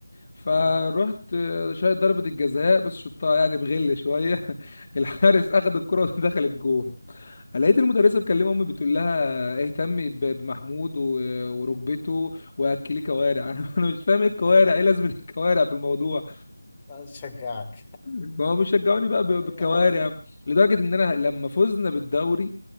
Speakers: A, on the left (about 40°); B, on the left (about 15°).
A: فروحت
B: مم.
A: آه، شايط ضربة الجزاء بس شطها يعني بغل شوية <laughs> الحارس اخد الكرة ودخل الجون لقيت المدرسة بتكلم امي بتقول لها اهتمي ب- بمحمود و... وركبته واكليه كوارع <laughs> انا أنا مش فاهم ايه الكوارع
B: <laughs>
A: ايه لازمة الكوارع في الموضوع
B: أشجعك
A: ما هو بيشجعوني بقى ب- بالكوارع
B: <laughs> حتة
A: لدرجة ان انا لما فزنا بالدوري